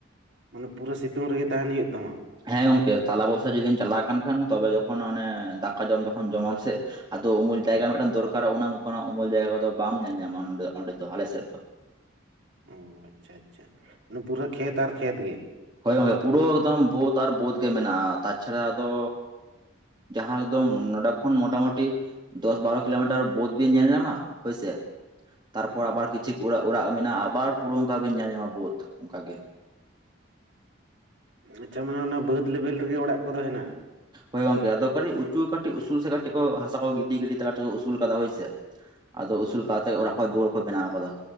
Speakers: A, on the right; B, on the right.
A: ᱢᱟᱱᱮ ᱯᱩᱨᱟᱹ ᱥᱤᱛᱩᱝ ᱨᱮᱜᱮ ᱛᱟᱦᱮᱱ ᱦᱩᱭᱩᱜ ᱛᱟᱢᱟ
B: ᱦᱮᱸ ᱜᱚᱝᱠᱮ ᱛᱟᱞᱟ ᱵᱚᱭᱥᱟ ᱡᱩᱫᱤᱢ ᱪᱟᱞᱟᱣ ᱠᱟᱱ ᱠᱷᱟᱱ ᱛᱚᱵᱮ ᱡᱚᱠᱷᱚᱱ ᱚᱱᱚ ᱫᱟᱠᱟ ᱡᱚᱢ ᱡᱚᱠᱷᱚᱱ ᱡᱚᱢᱟᱢ ᱥᱮ ᱟᱫᱚ ᱩᱢᱩᱞ ᱡᱟᱭᱜᱟ
A: ᱦᱳᱭ
B: ᱢᱤᱫᱴᱟᱝ ᱫᱚᱨᱠᱟᱨᱟ ᱚᱱᱟ ᱚᱱᱠᱟ ᱩᱢᱩᱞ ᱡᱟᱭᱜᱟ ᱠᱚᱫᱚ ᱵᱟᱢ ᱧᱮᱞ ᱧᱟᱞᱧᱟᱢᱟ ᱚᱸᱰᱮ ᱫᱚ ᱟᱞᱮᱥᱮᱫ
A: ᱚ ᱟᱪᱪᱷᱟ ᱟᱪᱪᱷᱟ ᱢᱮ ᱯᱩᱨᱟᱹ ᱠᱷᱮᱛ ᱟᱨ ᱠᱷᱮᱛ ᱜᱮ
B: ᱦᱳᱭ ᱦᱳᱭ ᱯᱩᱨᱟᱹ ᱮᱠᱫᱚᱢ ᱵᱳᱫ ᱟᱨ ᱵᱳᱹᱫ ᱜᱮ ᱢᱮᱱᱟᱜᱼᱟ ᱛᱟᱪᱷᱟᱲᱟ ᱟᱫᱚ ᱡᱟᱦᱟᱸ ᱮᱠᱫᱚᱢ ᱱᱚᱰᱮ ᱠᱷᱚᱱ ᱢᱚᱴᱟᱢᱩᱴᱤ ᱫᱚᱥ ᱵᱟᱨᱚ ᱠᱤᱞᱳᱢᱤᱴᱟᱨ ᱵᱳᱫ ᱵᱤᱱ ᱧᱮᱞ ᱧᱟᱢᱟ ᱦᱳᱭ ᱥᱮ ᱛᱟᱨᱯᱚᱨ
A: ᱚ
B: ᱟᱵᱟᱨ ᱠᱤᱪᱷᱩ ᱚᱲᱟᱜ ᱚᱲᱟᱜ ᱢᱮᱱᱟᱜᱼᱟ ᱟᱵᱟᱨ ᱯᱩᱨᱟ ᱚᱱᱠᱟ ᱜᱮ ᱧᱮᱞ ᱧᱟᱢᱟ ᱵᱟᱹᱫ ᱚᱱᱠᱟ ᱜᱮ
A: ᱟᱪᱪᱷᱟ ᱢᱟᱱᱮ ᱚᱱᱟ ᱵᱟᱹᱫᱽ ᱞᱮᱵᱮᱞ ᱨᱮᱜᱮ ᱚᱲᱟᱜ ᱠᱚᱫᱚ ᱦᱮᱱᱟᱜᱼᱟ
B: ᱦᱳᱭ ᱜᱚᱝᱠᱮ ᱟᱫᱚ ᱠᱟᱹᱴᱤᱡ ᱩᱪᱩ ᱠᱟᱹᱴᱤᱡ ᱩᱥᱩᱞ ᱥᱮ ᱠᱟᱹᱴᱤᱡ ᱠᱚ ᱦᱟᱥᱟ ᱠᱚ ᱜᱤᱰᱤ ᱜᱤᱰᱤ ᱛᱮ ᱟᱫᱚ ᱠᱚ ᱩᱥᱩᱞ ᱠᱟᱫᱟ ᱦᱳᱭ ᱥᱮ ᱟᱫᱚ ᱩᱥᱩᱞ ᱠᱟᱛᱮ ᱚᱲᱟᱜ ᱠᱷᱚᱡ ᱫᱩᱣᱟᱹᱨ ᱠᱚ ᱵᱮᱱᱟᱣ ᱟᱠᱟᱫᱟ